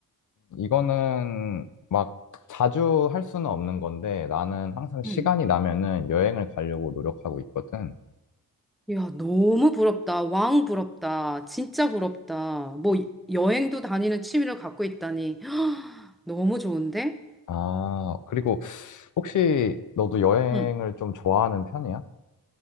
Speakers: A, on the left; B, in the centre.
A: 이거는 막 자주 할 수는 없는 건데 나는 항상 시간이
B: 응
A: 나면은 여행을 가려고 노력하고 있거든.
B: 이야, 너무 부럽다. 왕 부럽다. 진짜 부럽다. 뭐 여행도 다니는 취미를 갖고 있다니. <gasps> 너무 좋은데?
A: 아, 그리고 혹시 너도 여행을
B: 응?
A: 좀 좋아하는 편이야?